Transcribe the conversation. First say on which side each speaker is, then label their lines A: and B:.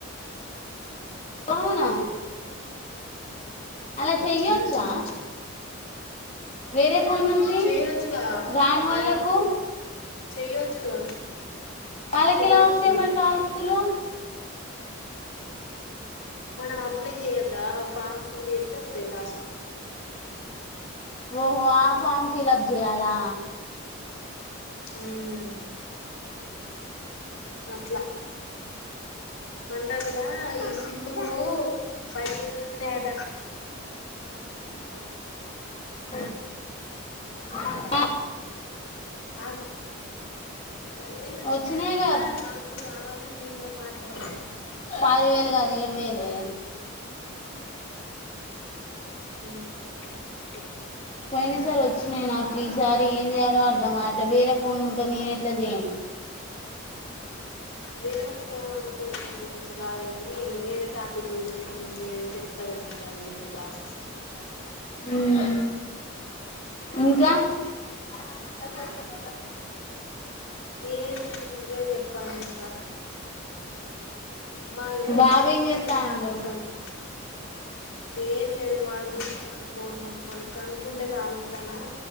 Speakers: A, on the left (about 30°); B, on the left (about 80°).
A: అవునా అలా చెయ్యొచ్చా
B: మ్మ్
A: వేరే ఫోన్ నుంచి
B: చెయ్యొచ్చుగా
A: రాని వాళ్ళకు
B: ఆ చెయ్యొచ్చుగా
A: వాళ్ళకి
B: చెయ్యొచ్చు
A: ఎలా వస్తాయి మరి టాస్కులు
B: మనం అప్లై చేయొద్దా ఫామ్ ఫిల్ చేస్తే వస్తాయి టాస్క్ లో
A: ఓహో ఆ ఫామ్ ఫిల్ప్ చేయయలా
B: ఆహ్ అట్ల అంటందిగా ఈ సింధుకు పది వేలు వచ్చినయట అ కోకు
A: ఆ
B: ఆ పది వేలు వచ్చినయిగని
A: వచ్చినాయిగా
B: అక్క నాకు కూడ రావాలె నిను కూడా మాట్లాడడిన
A: పది వేలు కాదు ఏడు వేలు
B: <unintelligible>
A: పోయినా సారీ వచ్చినయి నాకు ఈసారి ఏం చేయాలో అర్ధం కాట్లే వేరే ఫోన్లతోని నేను ఎట్లా చేయను
B: వేరే ద తో తోంచి కాదు కాని వేరే టాపిక్ పోయినప్పుడు నేను వే చెప్త గని నీకు అది ఎయ్ క్లాసెస్
A: మ్మ్ ఇంకా అ
B: ఏంటది నువ్వే చెప్పాలె ఇంకా మాది ఇగో
A: బాబు
B: గంట
A: ఏం చేత్తాండు
B: సాగిస్తన్నం ఏం లేదు వాడు చూస్తాండు ఫోన్ పట్టుకొని కనుకుంటే కాలుస్తానా